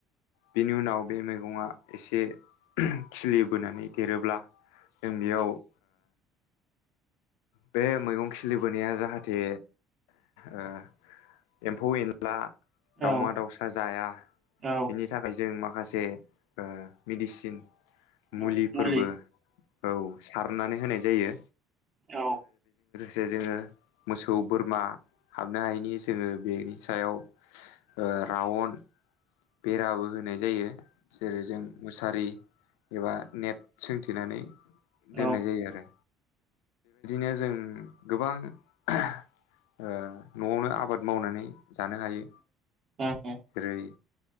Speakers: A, on the left; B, on the right.
A: बेनि उनाव बे मैगङा एसे खिलिबोनानै देरोब्ला जों बेयाव ओ बे मैगं खिलिबोनाया जाहाथे ओ एम्फौ ए ला दावमा-
B: ओ औ ओ
A: दाउसा जाया
B: औ
A: बिनि थाखाय जों मा माखासे ओ मेडिसिन मुलिफोरबो
B: औ मुलि
A: औ सारनानै होनाय जायो
B: ओ
A: जे जोङो मोसौ बोरमा हाबनो हायिनि जोङो बेनि सायाव ओ रावन बेराबो होनाय जायो जेरै जों मुसारि एबा नेट सोंथेनानै दोन्नाय
B: ओ
A: जायो आरो बेनो जों गोबां ओ न'आवनो आबाद मावनानै जानो हायो
B: औ उम
A: जेरै